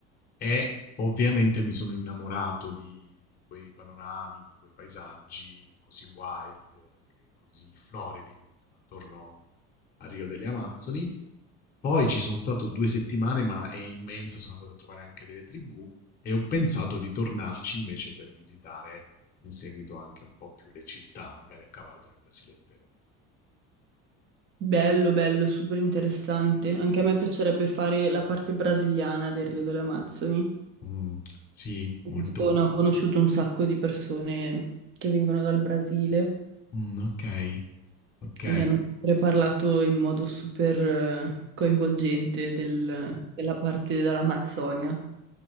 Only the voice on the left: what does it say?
E ovviamente mi sono innamorato di, di quei panorami, di quei paesaggi così wild, anche così floridi attorno al Rio delle Amazzoni poi ci sono stato due settimane, ma è immenso, sono andato a trovare anche delle tribù e ho pensato di tornarci invece per visitare in seguito anche un po' più le città, magari a cavallo tra il Brasile e il Perù.
Mm, sì, molto...
mm, ok, ok,